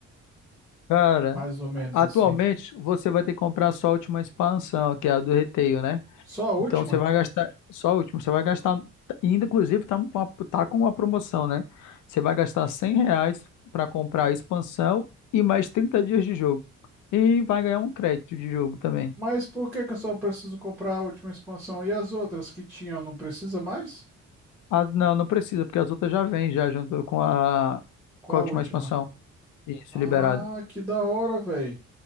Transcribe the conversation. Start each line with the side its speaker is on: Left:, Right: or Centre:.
Left: Cara,
Centre: Mais ou menos
Left: atualmente
Centre: assim.
Left: você vai ter que comprar só a última expansão, que é a do Retail, né?
Centre: Só a última?
Left: Então você vai gastar só a última, você vai gastar, e ainda inclusive tá, com uma- tá com uma promoção, né? Você vai gastar 100 reais para comprar a expansão e mais 30 dias de jogo. E vai ganhar um crédito de jogo também.
Centre: Mas por que que eu só preciso comprar a última expansão? E as outras que tinham, não precisa mais?
Left: Ah, não, não precisa, porque as outras já vêm já junto com a,
Centre: Qual
Left: com a última
Centre: a última?
Left: expansão. Isso,
Centre: Ah,
Left: liberado.
Centre: que da hora, velho.